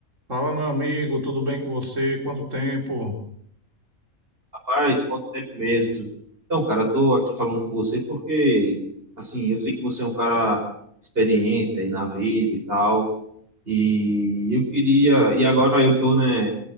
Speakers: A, on the right; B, on the right.
A: Fala, meu amigo, tudo bem com você? Quanto tempo?
B: Rapaz, quanto tempo mesmo? Então, cara, eu tô aqui falando com você porque, assim, eu sei que você é um cara experiente aí na vida e tal, e eu queria, e agora eu tô, né,